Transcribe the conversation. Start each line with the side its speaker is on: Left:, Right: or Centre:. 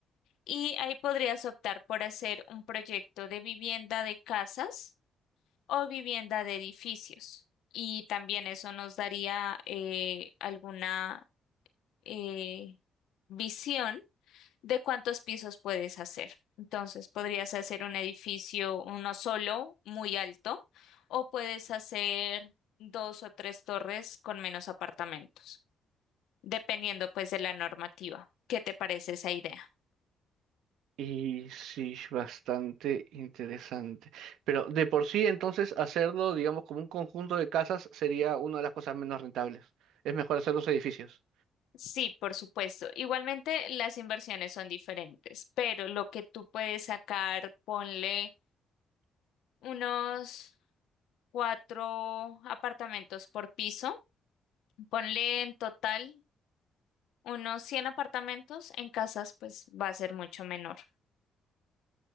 Left: Y ahí podrías optar por hacer un proyecto de vivienda de casas o vivienda de edificios. Y también eso nos daría eh, alguna eh, visión de cuántos pisos puedes hacer. Entonces, podrías hacer un edificio, uno solo, muy alto, o puedes hacer dos o tres torres con menos apartamentos, dependiendo pues de la normativa. ¿Qué te parece esa idea?
Right: Y sí, es bastante interesante. Pero de por sí, entonces, hacerlo, digamos, como un conjunto de casas sería una de las cosas menos rentables. Es mejor hacer los edificios.
Left: Sí, por supuesto. Igualmente las inversiones son diferentes, pero lo que tú puedes sacar, ponle unos cuatro apartamentos por piso, ponle en total Unos 100 apartamentos en casas, pues va a ser mucho menor.